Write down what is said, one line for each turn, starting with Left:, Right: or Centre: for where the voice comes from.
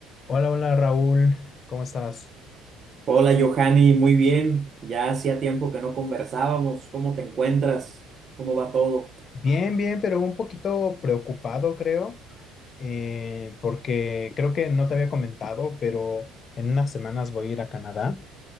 Left: Hola, hola Raúl, ¿cómo estás?
Right: Hola, Johanny, muy bien. Ya hacía tiempo que no conversábamos. ¿Cómo te encuentras? ¿Cómo va todo?
Left: Bien, bien, pero un poquito preocupado creo, eh, porque creo que no te había comentado, pero en unas semanas voy a ir a Canadá